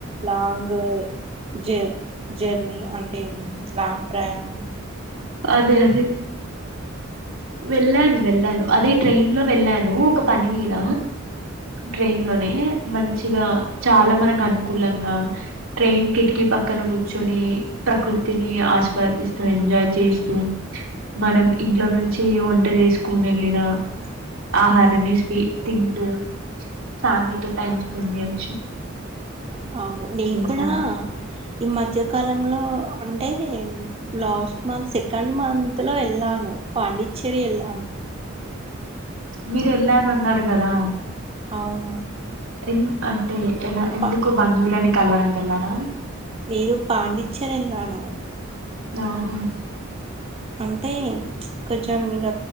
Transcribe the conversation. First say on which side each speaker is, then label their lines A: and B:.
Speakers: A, on the right; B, on the right.
A: లాంగ్ జ జర్నీ అంటే లాంగ్ ప్రయాణం.
B: అదే అదే వెళ్ళాను వెళ్ళాను అదే ట్రైన్ లో వెళ్ళాను. ఒక పని మీద ట్రైన్ లోనే మంచిగా చాలా మనకు అనుకూలంగా ట్రైన్ కిటికీ పక్కన కూర్చొని, ప్రకృతిని ఆస్వా దిస్తూ ఎంజాయ్ చేస్తూ మనం ఇంట్లో నుం చి వంట చేసుకోని వెళ్ళిన ఆహారణిష్కి
A: అవును
B: తింటూ ఫ్యామిలీతో టైమ్ స్పెండ్ చేయొచ్చు
A: అవును నేను
B: చేశాను
A: కూడా ఈ మధ్యకాలంలో అంటే నే లాస్ట్ మంత్ సెకండ్ మంత్ లో వెళ్ళాను పాండిచ్చేరి వెళ్ళ
B: మీరు వెళ్ళనన్నారు కదా
A: అవును
B: ఎమ్ అంటే ఎలా ఎందుకు
A: పా
B: బంధువులని కల్వడంకి కెల్లారా
A: లేదు పాండిచ్చేరీ ఏళ్లను
B: ఓహో
A: అంటే కొంచెం ఇగ